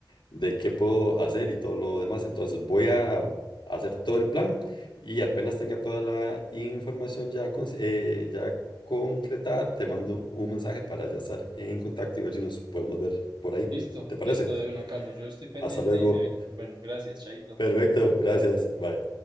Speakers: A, on the left; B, on the right.
A: de qué puedo hacer y todo lo demás. Entonces voy a hacer todo el plan y apenas tenga toda la información ya, cons- eh, ya concretada, te mando un mensaje para ya estar en contacto y ver si nos podemos ver por ahí.
B: Listo,
A: ¿Te parece?
B: listo de una, Carlos. Yo estoy pendiente
A: Hasta luego.
B: y me avisas. Bueno, gracias, Chaito.
A: Perfecto, gracias, bye.